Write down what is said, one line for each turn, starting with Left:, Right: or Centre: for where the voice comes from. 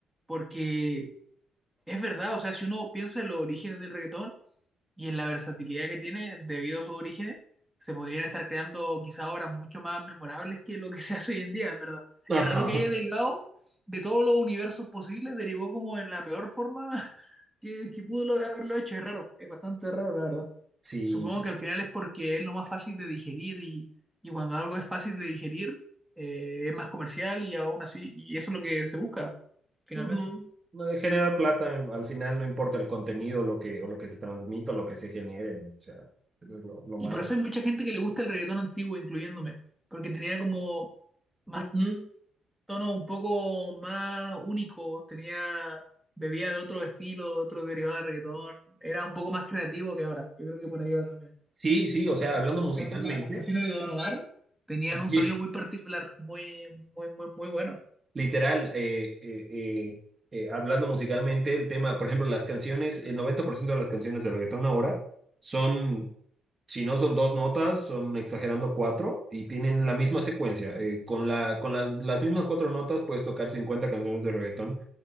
Centre: porque es verdad, o sea, si uno piensa en los orígenes del reggaetón, y en la versatilidad que tiene, debido a sus orígenes, se podrían estar creando quizá obras mucho más memorables que lo que <laughs> se hace hoy en día, en verdad.
Right: Ajá.
Centre: Es raro que haya derivado de todos los universos posibles, derivó como en la peor forma <laughs> que, que pudo lo- haberlo hecho. Es raro, es bastante raro, la verdad.
Right: Sí.
Centre: Supongo que al final es porque es lo más fácil de digerir y, y cuando algo es fácil de digerir, eh, es más comercial y aún así, y eso es lo que se busca, finalmente.
Right: Ujú. No, de generar plata, em, al final no importa el contenido, lo que, o lo que se transmite, o lo que se genere, ¿no? O sea, eso es lo, lo malo.
Centre: Y por eso hay mucha gente que le gusta el reggaetón antiguo, incluyéndome, porque tenía como más
Right: Ujú.
Centre: tonos un poco más únicos, tenía, bebía de otro estilo, de otro derivado de reggaetón, era un poco más creativo que ahora. Yo creo que por ahí va también.
Right: Sí, sí, o sea,
Centre: Por eso,
Right: hablando musicalmente,
Centre: por ejemplo, la- las canciones de Don Omar tenían
Right: sí,
Centre: un sonido muy particular, muy, muy, muy, muy bueno.
Right: literal, eh, eh, eh, eh, hablando musicalmente, el tema, por ejemplo, las canciones, el 90% de las canciones de reggaetón ahora son Si no son dos notas, son exagerando cuatro y tienen la misma secuencia. Eh, con la, con la- las mismas cuatro notas puedes tocar 50 canciones de reggaetón